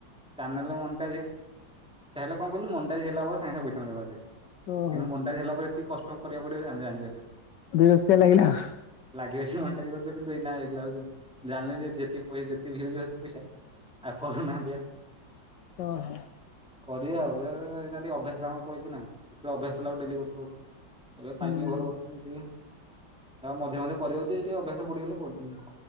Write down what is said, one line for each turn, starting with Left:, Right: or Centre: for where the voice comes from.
Centre: ଚନେଲେ ମନ୍ ହେଲେ କଣ କହିଲୁ। ମଣ୍ଟାଇଜ ହେଲା ପରେ ସାଙ୍ଗେ ପଇାସା ମିଳିବ। କିନ୍ତୁ
Left: ଓହୋ
Centre: ମେଣ୍ଟାଇଜ ହେଲା ପରେ, ଏତିକ କଷ୍ଟ କରିବାକୁ ପଡିବ ଆମେ। <unintelligible>
Left: ବର୍କ୍ତିଆ ଲାଗିଲା ଆଉ।
Centre: ଟ ଅଛି ମଣ୍ଟା କରିଥିଲେ। କିନ୍ତୁ, ଏଇ ଏଗାକୁ ଜାିଲେ ଯେତିି ପଇା ଯେତେ ଭି ହେଉଛି, ପଇସା ଆଉ କରୁନାହାନ୍ତି। ଆ
Left: ଓ ହୋ।
Centre: କରିବା ଆଉ, ଟ ଅଭ୍ୟାସ କ ପଡିଛି ନା। ଯେତେବେଳେ ଅଭ୍ୟାସଥିଲା। ଡେ ଏବେ ଖାଇ
Left: ହୁଁ।
Centre: ପିଇ ଘର ବସନିିକେ। ଯ ମେ ମ କରିବି ଟିକେ, ଅଭ୍ୟାସ ପଡିଗଲେ ପଡ଼ି ଯିବେ।